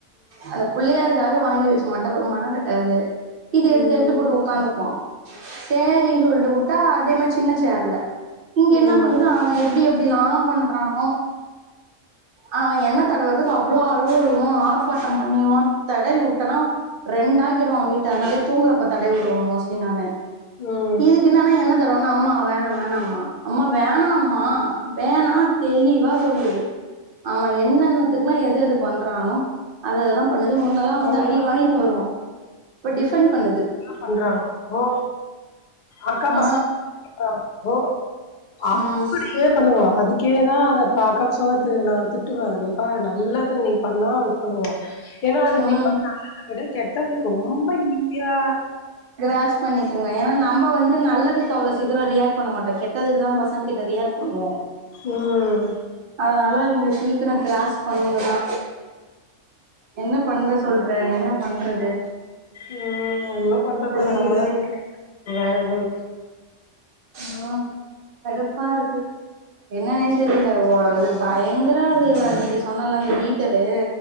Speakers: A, on the right (about 55°); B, on the left (about 60°).
A: அந்த புள்ளையார்காக வாங்கி வெச்ச மட்ட மனகட்ட அது இது
B: ம்
A: எடுத்து எடுத்து போட்டு உக்காந்துக்கு சேரி சொல்லிட்டு உட்டா அதே மாரி சின்ன சேர்ல இங்க
B: ம்
A: என்ன பண்ணுதோ அவ எப்டி எப்டி எல்லா பண்றானோ அவ என்ன தடவுறதுக்கு அவ்ளோ அழ அழுவா ஆர்ப்பாட்டம் பண்ணிடுவா தடய் உட்டனா ரெண்டா கிடுவா வீட்ட அதனால தூங்குறப்ப தடவி விடுவோ மோஸ்ட்லி நானு
B: ம்
A: இதுக்கு என்னன்னா என்ன தடவனா அம்மா வேணா வேணா அம்மா அம்மா வேணாம்மா வேணா தெளிவா சொல்லுது ஆமா என்னென்னத்துக்குல்லா எத எது பண்றானோ அததெல்லா பண்ணுது முன்னல்லா வந்து
B: ம்
A: அடி வாங்கினு வருவோ இப்ப டிஃபன் பண்ணுது
B: பன்றாங்கப்போ அக்கா
A: ஆ
B: பசங்க இருக்காங்கோ அப்புடியே
A: ம்
B: பண்ணுவா அதுக்கே தா அத பாக்கம் சொன்னது நா திட்டுவே நீ பாரு நல்லது நீ பண்ணா இது பண்ணுவா ஏன்னா அதுங்களுக்கு
A: ம்
B: வந்து நல்லத விட கெட்டது ரொம்ப ஈஸியா
A: கிராச் பண்ணிக்கோங்க ஏன்னா நம்ப வந்து நல்லதுக்கு அவ்வளோ சீக்கிரம் ரியாக்ட் பண்ண மாட்டோ கெட்டதுக்கு தா பசங்க கிட்ட ரியாக்ட் பண்ணுவோ
B: உம்
A: அதனால அதுங்க சீக்கிரோ கிராஸ் பண்ணுங்க தா என்ன பண்ற சொல்ற என்ன பண்றது
B: ம் இன்னு பண்றதுல்ல
A: புரியவே
B: நம்மதா <unintelligible>
A: இல்ல
B: வேற எது இல்ல
A: ஆ கடுப்பா இருக்கு என்னன்னே தெரிய இல்லஓ அது பயங்கர அது நீங்க சொன்னல அந்த வீட்டரு